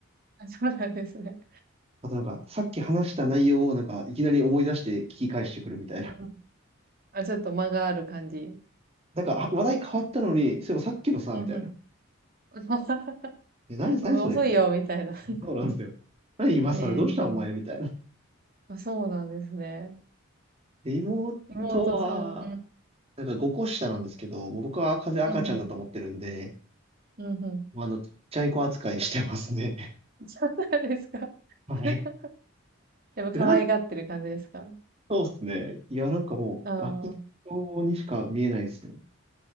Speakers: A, on the right; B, on the right.
A: あ、そうなんですね。
B: あとなんか、さっき話した内容をなんか、いきなり思い出して聞き返してくるみたいな。
A: うんうんあ、ちょっと間がある感じ。
B: なんか、あ話題変わったのに、そういえばさっきのさ、
A: うんうん。
B: みたいな。
A: <laughs>
B: え、何、何それみたいな。
A: 遅いよ、みたいな。<laughs>
B: そうなんですよ。何今更どうしたお前みたいな。
A: ええあ、そうなんですね。
B: で妹
A: 妹さん。
B: は、
A: うん
B: なんか5個下なんですけど、もう僕は風赤ちゃんだと思ってるんで、
A: うん。うんうん。うんうん。
B: もうあの、ちっちゃい子扱いしてますね。
A: <laughs> そうなんですか。
B: <laughs> はい。
A: <laughs> やっぱ可愛がってる感じですか
B: なんそうですね。いや、なんかもう、
A: ああー。
B: ガキ用にしか見えないですね。